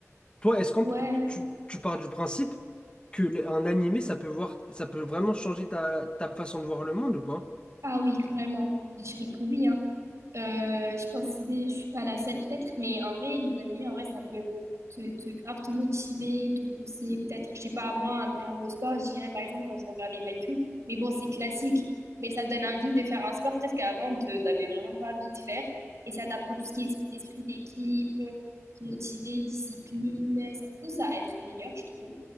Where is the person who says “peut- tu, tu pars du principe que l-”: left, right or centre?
Left